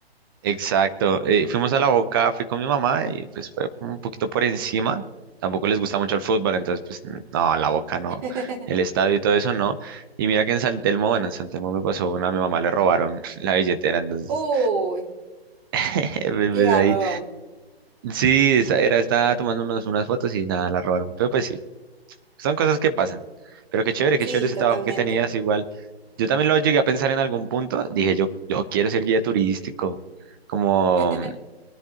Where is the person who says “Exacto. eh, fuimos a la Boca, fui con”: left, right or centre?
Right